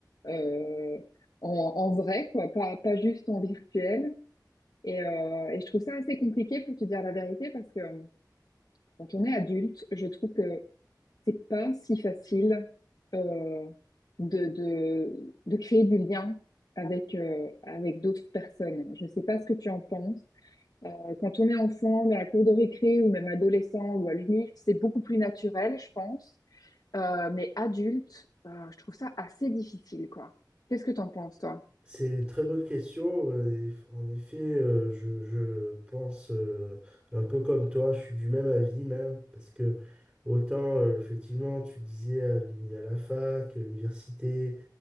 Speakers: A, on the left; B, on the right.
A: euh, en, en vrai, quoi, pas, pas juste en virtuel. Et, euh, et je trouve ça assez compliqué pour te dire la vérité parce que euh, quand on est adulte, je trouve que c'est pas si facile euh, de, de, de créer du lien avec, euh, avec d'autres personnes. Je sais pas ce que tu en penses. Euh, quand on est enfant, dans la cour de récré ou même adolescent ou à l'UNIF, c'est beaucoup plus naturel, je pense. Euh, mais adulte, euh, je trouve ça assez difficile, quoi. Qu'est-ce que t'en penses, toi?
B: C'est une très bonne question. euh, et En effet, euh, je, je pense euh, un peu comme toi, je suis du même avis même, parce que autant, euh, effectivement, tu disais à, l'uni- à la fac, à l'université,